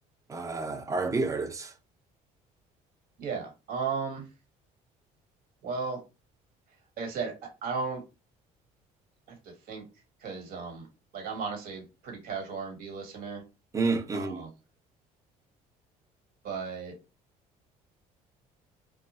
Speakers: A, on the right; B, on the right.
A: uh, R&B artists?
B: Yeah. Um, well, like I said, I, I don't have to think because um like I'm honestly a pretty casual R&B listener.
A: Mm-hmm.
B: Um, but